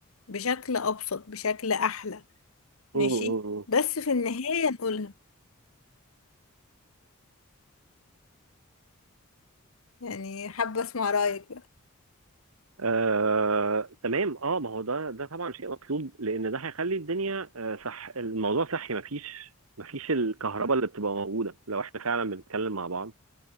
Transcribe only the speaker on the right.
مم. مم.
آه، تمام اه ما هو ده ده طبعا شيء مطلوب لان ده هيخلي الدنيا آه، صح الموضوع صحي مفيش مفيش الكهرباء اللي بتبقى موجوده لو احنا فعلا بنتكلم مع بعض